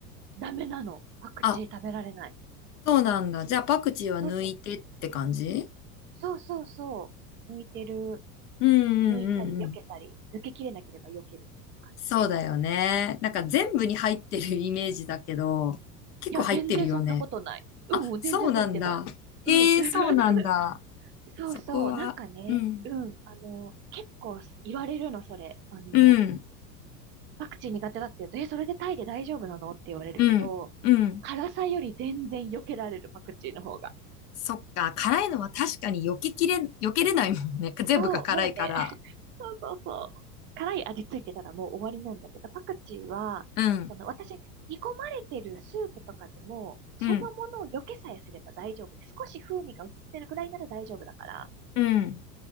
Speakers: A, on the right (about 25°); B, on the left (about 65°).
A: う、ダメなの。パクチー食べられない。
B: あ、そうなんだ。じゃあ、パクチーは抜いてって感じ
A: そう、そうそうそう。抜いてる、
B: うんうんうんうん。
A: 抜いたり、避けたり、抜けきれなければ避けるみたいなのがあって。
B: そうだよね。なんか全部に入ってるイメージだけど、
A: んい
B: 結構入ってるよね。
A: や、全然そんなことない。うん、
B: あ、そうなんだ。
A: 全然入ってない。
B: へえ、
A: うん。<laughs>
B: そうなんだ。
A: そうそう、
B: そこは、
A: なんかね、
B: うん、
A: うん、あの、結構言われるの、それ。あの、
B: うん、
A: パクチー苦手だって言うと、え、それでタイで大丈夫なのって言われるけど、
B: うん、うん。
A: 辛さより全然避けられる、パクチーの方が。
B: そっか、辛いのは確かに避けきれ、避けれないもんね。<laughs> 全部が辛いから。
A: そう、もうね、<laughs> そうそうそう。辛い味ついてたらもう終わりなんだけど、パクチーは、
B: うん、
A: その私、煮込まれてるスープとかでも、そのものを避けさえすれば大丈夫で、
B: うん、
A: 少し風味が移ってるぐらいなら大丈夫だから、
B: うん、